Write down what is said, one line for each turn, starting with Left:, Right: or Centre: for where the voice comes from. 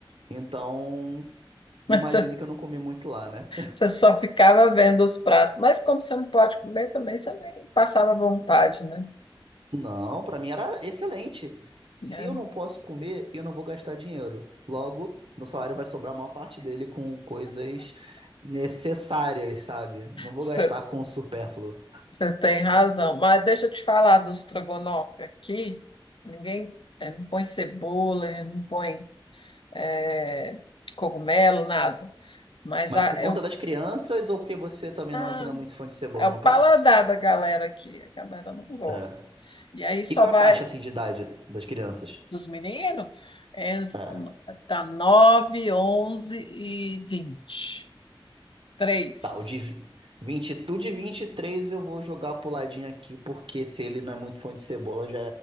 Right: Então,
Left: mas
Right: imagina
Left: <laughs>
Right: que eu não comi muito lá, né?
Left: Você só ficava vendo os pratos. Mas como você não pode comer também, você nem passava vontade, né?
Right: Não, pra mim era excelente. Se
Left: É,
Right: eu não posso comer, eu não vou gastar dinheiro. Logo, meu salário vai sobrar a maior parte dele com coisas necessárias, sabe? Não vou
Left: Você,
Right: gastar com o supérfluo.
Left: você tem razão. Mas deixa eu te falar do estrogonofe aqui. Ninguém eh, não põe cebola, eh, não põe eh, cogumelo, nada. Mas
Right: Mas
Left: a,
Right: por conta
Left: eu,
Right: das crianças ou porque você também
Left: ah,
Right: não é, não é muito fã de cebola
Left: é o
Right: no prato?
Left: paladar da galera aqui. A galera não gosta.
Right: É.
Left: E aí só
Right: E qual
Left: vai
Right: é a faixa assim de idade das crianças?
Left: dos meninos, é,
Right: É.
Left: tá 9, 11 e vinte, Três.
Right: Tá, o de vi- 20, tu de 23 eu vou jogar pro ladinho aqui, porque se ele não é muito fã de cebola, já,